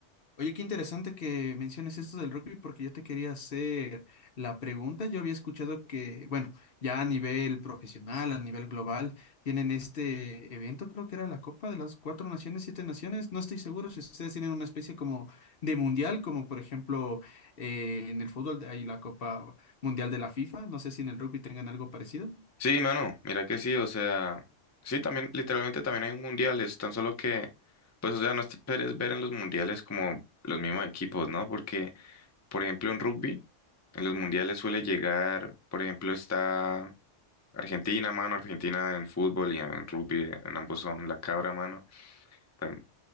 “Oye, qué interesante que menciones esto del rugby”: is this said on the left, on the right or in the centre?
Left